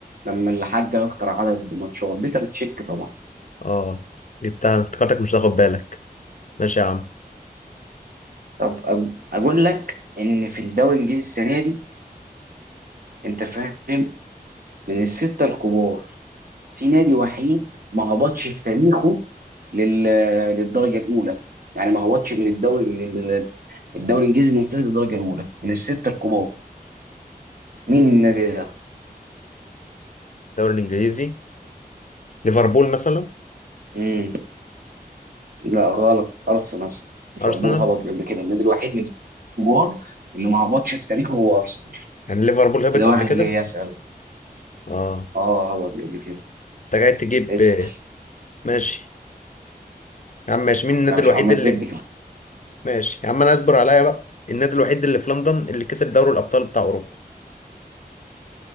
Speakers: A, on the right; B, on the left.
A: لما اللي حقق أكتر عدد ماتشات بيتر تشيك طبعا
B: اه جبتها انا افتكرتك مش هتاخد بالك ماشي يا عم
A: طب أج- أقول لك إن في الدوري الإنجليزي السنة دي أنت فاهم من الستة الكبار في نادي وحيد ما هبطش في تاريخه لل... للدرجه الاولى يعني ما هبطش من الدوري من ال- الدوري الانجليزي الممتاز للدرجه الاولى من السته الكبار مين النادي ده؟
B: الدوري الانجليزي ليفربول مثلا
A: مم. لا غلط ارسنال ليفربول
B: ارسنال
A: هبط قبل كده النادي الوحيد من السته الكبار اللي ما هبطش في تاريخه هو ارسنال
B: يعني ليفربول هبط
A: كده واحد
B: قبل كده
A: ليه يسال
B: اه
A: اه هبط قبل كده
B: انت جاي تجيب
A: اسال
B: ماشي يا عم ماشي مين
A: انت
B: النادي
A: مش
B: الوحيد
A: عمال
B: اللي
A: تدي في
B: ماشي يا عم انا اصبر عليا بقى النادي الوحيد اللي في لندن اللي كسب دوري الابطال بتاع اوروبا